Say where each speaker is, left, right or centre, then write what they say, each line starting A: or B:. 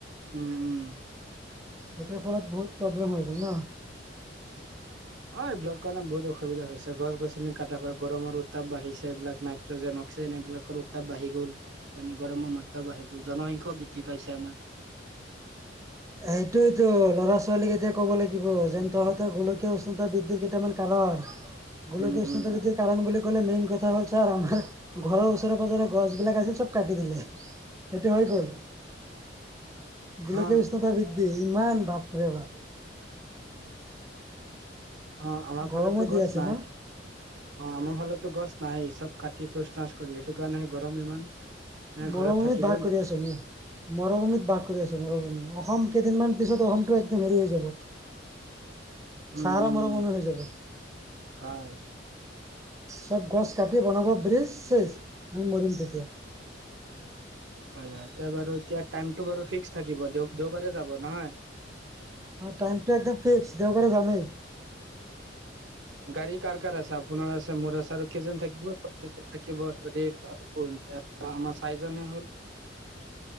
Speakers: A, on the right; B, on the right.
A: উম, উম।
B: এতিয়াৰ ফলত বহুত প্ৰব্লেম হৈ গ'ল জানা
A: <inaudible> অ এইবিলাকৰ কাৰণে বহুত অসুবিধা হৈছে, গছ গছনি কাটা হয়। গৰমৰ উত্তাপ বাঢ়িছে, এইবিলাক নাই। নাইট্ৰ যেন অক্সিজেন, এইবিলাকৰো উত্তাপ বাঢ়ি গ'ল। মানে গৰমৰ মত্ৰা বাঢ়ি গল, জনসংখ্যাও বৃদ্ধি পাইছে আমাৰ
B: এইটোৱেতো ল'ৰা ছোৱালীক এতিয়া ক'ব লাগিব, যেন তহতৰ গোলকীয় উষ্ণতা বৃদ্ধিৰ কেইটামান কাৰণ।
A: <inaudible>
B: গুলকীয় উষ্ণতা
A: উম
B: বৃদ্ধি কাৰণ বুলি কলে মেইন কথা হ'ল, ছাৰ আমাৰ ঘৰৰ ওচৰে পাজৰে গছ বিলাক আছিল, চব কাটি দিলে। এতিয়া হৈ গ'ল, গোলকীয়
A: অ
B: উষ্ণতা বৃদ্ধি, ইমান বাপৰে‌ বা
A: অহ, আমাৰ
B: গৰমত
A: ফালেতো
B: দি
A: গছ
B: আছে
A: নাই।
B: না
A: অহ, আমাৰ ফালেতো গছ নাই। চব কাটি তোচ নাচ কৰি সেইটো কাৰণে গৰম ইমান। এ
B: মৰুভূমিত
A: ঘৰত থাকিবই
B: বাস কৰি আছো, মৰুভূমিত বাস কৰি আছোঁ, মৰুভূমি অসম কেইদিনমান পিছত অসমটো একদম হেৰি হৈ যাব।
A: উম
B: ছাৰ
A: উম
B: মৰমতে
A: উম
B: হৈ যাব।
A: হয়
B: চব গছ কাটি বনাব ব্ৰিজ চেজ। আমি মৰিম তেতিয়া
A: হয় হয়। এতিয়া বাৰু এতিয়া টাইমটো বাৰু ফিক্স থাকিব, দেওবাৰে যাব নহয়।
B: টাইমতো একদম ফিক্স, দেওবাৰে যামেই।
A: গাড়ী কাৰ কাৰ আছে, আপোনাৰ আছে, মোৰ আছে আৰু কেইজন থাকিব। থাকিব আকৌ ‌দেই, কোন আমাৰ চাইিজনে হলো।